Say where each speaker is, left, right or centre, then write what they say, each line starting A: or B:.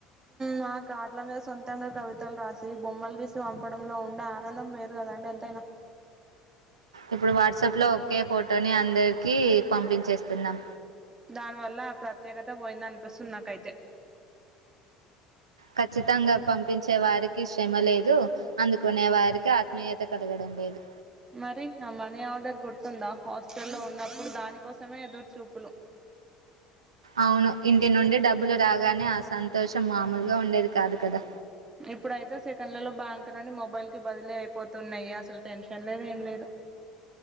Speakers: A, on the right; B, on the right.
A: మా కార్డుల మీద సొంతంగా కవితలు రాసి బొమ్మలు గీసి పంపడంలో ఉంద్ ఆనందం వేరు కదంటడి ఎంతైనా
B: ఇప్పుడు వాట్సాప్ లో ఒకే ఫోటోని అందరికి పంపించేస్తున్నాం
A: దాని వల్ల ఆ ప్రత్యేకత పోయిందనిపిస్తుంది నాకైతే
B: ఖచ్చితంగా పంపించే వారికి శ్రమ లేదు అందుకునే వారికి ఆత్మీయత కలగడం లేదు
A: మరి ఆ మనీ ఆర్డర్ గుర్తుందా హాస్టల్లో ఉన్నప్పుడు దానికోసమే ఎదురు చూపులు
B: అవును ఇంటి నుండి డబ్బులు రాగానే ఆ సంతోషం మామూలుగా ఉండేది కాదు కదా
A: ఇప్పుడయితే సెకండ్లలో బ్యాంక్ నుండి మొబైల్ కి బదిలీ అయిపోతున్నాయి అసలు టెన్షన్ లేదు ఏం లేదు